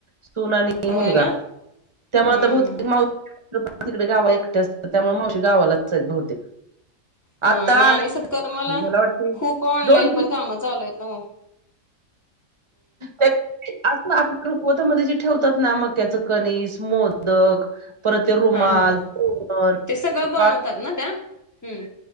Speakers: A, on the right; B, on the left.
A: सुन आणि ते
B: होय
A: मुलगा
B: ना
A: त्यामुळे
B: हा
A: आता बहुतेक
B: हा हा
A: माऊ <inaudible> तिकडे गाव एकटे असतात त्यामुळे मावशी गावालाच बहुतेक.
B: अ
A: आता
B: नाही आणि सत्कार मला
A: आल्या वाटते
B: खूप ऑनलाईन
A: दोन
B: पण कामं चालू आहेत ना म.
A: क असं आपल्या रुखवतमध्ये जे ठेवतात ना मक्याचा कनिस, मोदक परत ते रुमाल
B: हा हा
A: तोरण
B: ते सगळं
A: किंवा.
B: बनवतात
A: <inaudible>
B: ना त्या हम्म